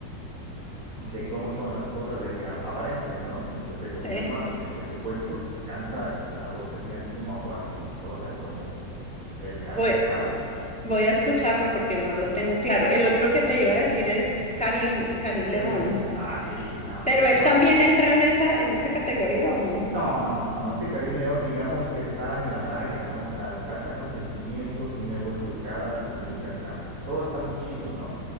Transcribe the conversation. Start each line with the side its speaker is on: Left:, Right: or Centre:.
Right: de cómo son las cosas, de que ap- aparentas, ¿no? Mi este peso
Centre: Sí.
Right: pluma, el, el que te cuento, que canta con la voz que tiene así como aguardientosa, como desgargantado.
Centre: Voy, voy a escucharlo porque no lo tengo claro. El otro que te iba a decir es Karim, Karim León.
Right: Karim León. Ah, sí, nada,
Centre: Pero
Right: para este
Centre: él
Right: cuate.
Centre: también entra en esa, en esa categoría, ¿o no?
Right: No, no, no, no, es que Karim León, digamos que está en la raya, ¿no? O sea, canta con sentimiento, tiene voz educada, su música está, pues todo está muy chido, ¿no?